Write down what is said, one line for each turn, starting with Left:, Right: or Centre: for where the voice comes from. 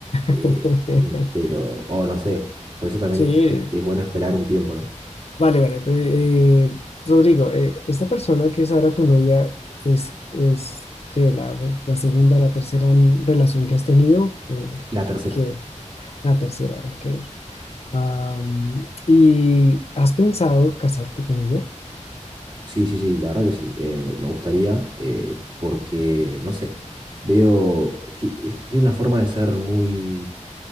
Right: eh,
Left: <laughs>
Right: en- pero, o no sé, por eso también
Left: Sí,
Right: es, este, es bueno esperar un tiempo, ¿no?
Left: vale, vale. pero, eh, Rodrigo, eh, esta persona que es ahora tu novia es, es que la, la segunda, la tercera relación que has tenido,
Right: La tercera,
Left: que la tercera, ok. Am, ¿y has pensado casarte con ella?
Right: sí, sí, sí, la verdad que sí, eh, me me gustaría, eh, porque, no sé, veo, ti- eh, tiene una forma de ser muy,